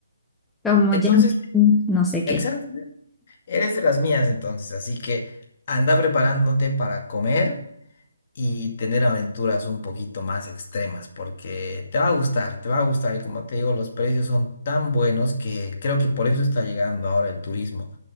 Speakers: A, in the centre; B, on the left.
A: como
B: Entonces,
A: jumping, no sé qué.
B: exacto, eres de las mías entonces, así que anda preparándote para comer y tener aventuras un poquito más extremas, porque te va a gustar, te va a gustar y como te digo, los precios son tan buenos que creo que por eso está llegando ahora el turismo.